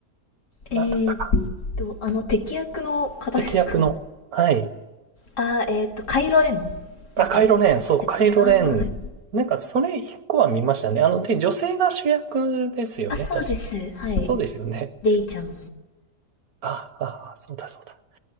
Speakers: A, on the left (about 80°); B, on the right (about 60°).
A: えー、
B: なんだったか。
A: っとあの敵役の方ですか
B: 敵役の、はい。
A: あー、えっ、ーと、カイロレン
B: あ、
A: ですか合
B: カイロレン、そう、
A: ってるあー、
B: カイロレン。
A: はい。
B: なんか、それ一個は見ましたね。あの、で、女性が主役ですよね。
A: あ、そうです。
B: 確か。
A: はい。
B: そうですよね。
A: レイちゃん。は
B: あ、あ、あそうだ、そうだ。